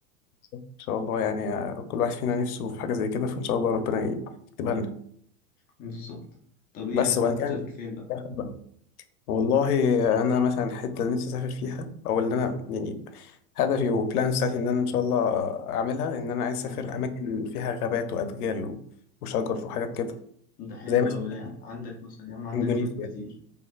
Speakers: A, on the left (about 80°); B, on the left (about 20°).
A: ان شاء الله يعني آه، كل واحد فينا نفسه في حاجه زي كده فان شاء الله ربنا يكتبها لنا
B: بالظبط طب إيه
A: بس
B: ناوي
A: وبعد كده
B: تسافر فين بقى؟
A: ناخد بقى والله انا مثلا الحته اللي نفسي اسافر فيها او اللي انا يعني هدفي وبلان بتاعتي ان انا ان شاء الله اعملها ان انا عايز اسافر
B: آه.
A: اماكن فيها غابات وادغال و- وشجر وحاجات كده
B: ده حلو
A: زي مثلا
B: أوي ده يعني عندك مثلا يا عم عندك
A: اندونيسيا
B: أماكن كتير